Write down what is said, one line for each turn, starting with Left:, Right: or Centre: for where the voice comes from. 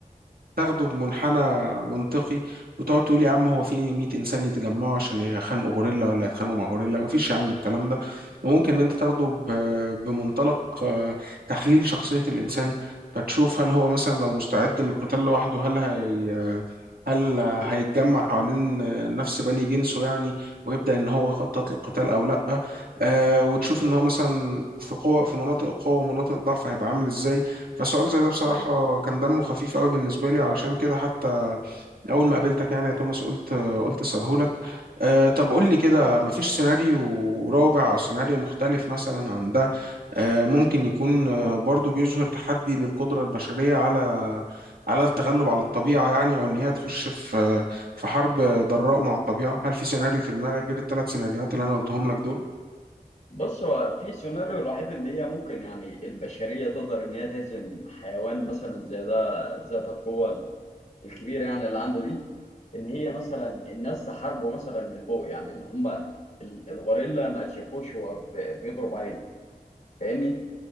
Right: تاخده بمنحنى منطقي وتقعد تقول يا عم هو في 100 انسان يتجمعوا عشان يخانقوا غوريلا ولا يتخانقوا مع غوريلا مفيش يا عم الكلام ده وممكن ان انت تاخده ب- بمنطلق آه، تحليل شخصية الانسان فتشوف هل هو مثلا لو مستعد للقتال لوحده هل هي هل هيتجمع حوالين نفس بني جنسه يعني ويبدأ ان هو يخطط للقتال او لا آه وتشوف ان هو مثلا في قوة في مناطق قوة ومناطق ضعف هيبقى عامل ازاي فسؤال زي ده بصراحة
Left: ايوه
Right: كان دمه خفيف قوي بالنسبة لي علشان كده حتى اول ما قابلتك يعني يا توماس قلت قلت اساله لك آه طب قول لي كده مفيش سيناريو رابع او سيناريو مختلف مثلا عن ده آه ممكن يكون آه برضو بيظهر تحدي للقدرة البشرية على على التغلب على الطبيعة يعني او ان هي تخش في في حرب ضراء مع الطبيعة هل في سيناريو في دماغك غير الثلاث سيناريوهات اللي انا قلتهم لك دول
Left: بص هو في سيناريو الوحيد اللي هي ممكن يعني البشرية تقدر إن هي تهزم حيوان مثلا زي ده ذات القوة ال- الكبيرة يعني اللي عنده دي إن هي مثلا الناس تحاربه مثلا من فوق يعني إن هما ال- الغوريلا ما تشافوش هو ب- بيضرب عليه فاهمني؟